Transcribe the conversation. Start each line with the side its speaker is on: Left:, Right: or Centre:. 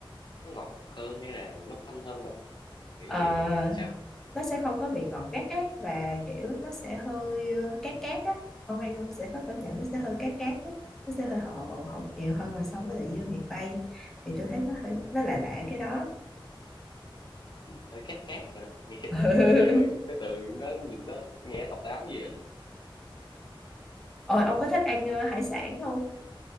Left: nó ngọt hơn hay là nó thanh hơn bà kiểu
Centre: Ờ,
Left: như là sao
Centre: nó sẽ không có bị ngọt gắt ấy và kiểu nó sẽ hơi ờ, cát cát á ông ăn ông sẽ có cảm nhận nó sẽ hơi cát cát ấy nó sẽ hơi hậu hậu
Left: Gì,
Centre: nhiều hơn là so với lại dưa miền Tây thì tôi thấy nó hơi nó lạ lạ cái đó
Left: gì hơi cát cát hả?
Centre: Ừ.
Left: Nghe bà dùng cái từ nó nhìn nó nghe độc đáo gì vậy?
Centre: Ôi, ông có thích ăn ờ, hải sản không?